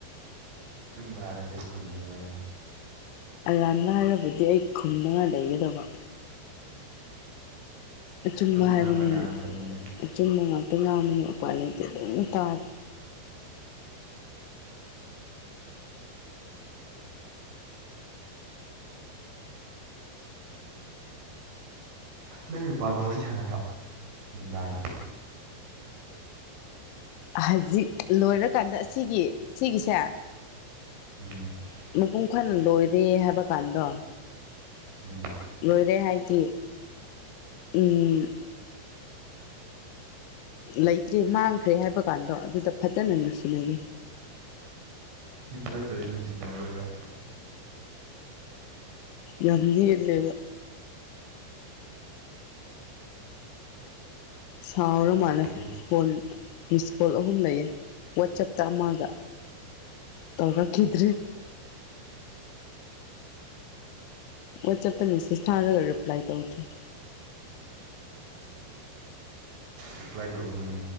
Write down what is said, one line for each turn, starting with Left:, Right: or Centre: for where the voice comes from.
Right: ꯆꯨꯝꯕ ꯍꯥꯏꯔ ꯀꯩ ꯈꯝꯗꯣꯏꯅꯣꯥꯏ <inaudible>
Left: ꯑꯔꯥꯟꯕ ꯍꯥꯏꯔꯕꯗꯤ ꯑꯩ ꯈꯨꯝꯗꯅ ꯂꯩꯒꯗꯕ ꯑꯆꯨꯝꯕ
Right: ꯆꯨꯝꯕ
Left: ꯍꯥꯏꯕꯅꯤꯅ
Right: ꯉꯥꯛꯇ ꯉꯥꯡꯉꯛꯄꯅꯤꯅ
Left: ꯑꯆꯨꯝꯕ ꯉꯥꯛꯇ ꯉꯕꯅꯦ ꯎꯄꯥꯏ ꯂꯩꯇꯦ ꯑꯗꯨꯝ ꯇꯥꯗꯦ
Right: ꯂꯩ ꯅꯨꯄꯥꯗꯣ ꯋꯥꯔꯤ ꯁꯥꯟꯅꯗ꯭ꯔꯣ ꯌꯅꯨꯡꯗꯥꯡꯔꯗ
Left: ꯍꯧꯖꯤꯛ ꯂꯣꯏꯔꯀꯥꯟꯗ ꯑꯁꯤꯒꯤ ꯑꯁꯤꯒꯤꯒꯤꯁꯦ
Right: ꯎꯝ <unintelligible> <inaudible>
Left: ꯃꯄꯨꯡ ꯐꯜ ꯂꯣꯏꯔꯦ ꯍꯥꯏꯕ ꯀꯥꯟꯗꯣ
Right: ꯎꯝ <unintelligible> <inaudible>
Left: ꯂꯣꯏꯔꯦ ꯍꯥꯏꯗꯤ ꯎꯝ ꯂꯩꯇ꯭ꯔꯦ ꯃꯥꯡꯈ꯭ꯔꯦ ꯍꯥꯏꯕꯀꯥꯟꯗꯣ ꯑꯗꯨꯗ ꯐꯖꯅ ꯅꯨꯡꯁꯤꯅꯒ
Right: ꯅꯠꯇ꯭ꯔꯗꯤ ꯅꯨꯡꯁꯤꯅꯔꯣꯏꯔ
Left: ꯌꯥꯝ ꯌꯦꯂꯦꯕ ꯁꯥꯎꯔ ꯃꯥꯂꯦ
Right: ꯌꯦꯠ
Left: ꯐꯣꯣꯟ ꯃꯤꯁ ꯀꯣꯜ ꯑꯍꯨꯝ ꯂꯩꯌꯦ ꯋꯥꯆꯞꯇ ꯑꯃꯒ ꯇꯧꯔꯛꯈꯤꯗ꯭ꯔꯤ ꯋꯥꯆꯑꯞꯇ ꯃꯦꯁꯦꯖ ꯊꯥꯔꯒ ꯔꯤꯄ꯭ꯂꯥꯏ ꯇꯧꯗ꯭ꯔꯦ
Right: ꯔꯤꯄ꯭ꯂꯥꯏ ꯇꯧꯕꯤꯕꯅꯦ